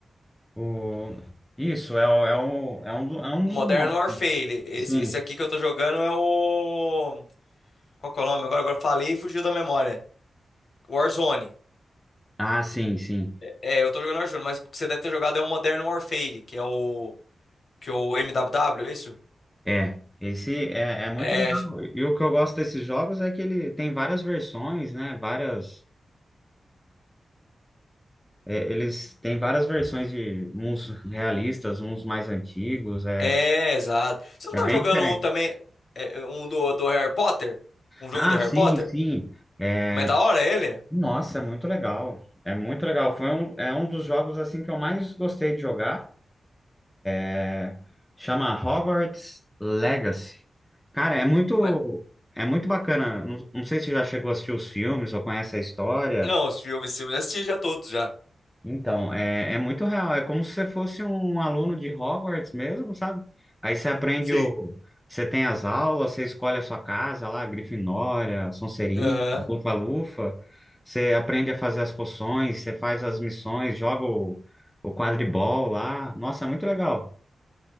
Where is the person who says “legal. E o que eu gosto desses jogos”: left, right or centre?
Centre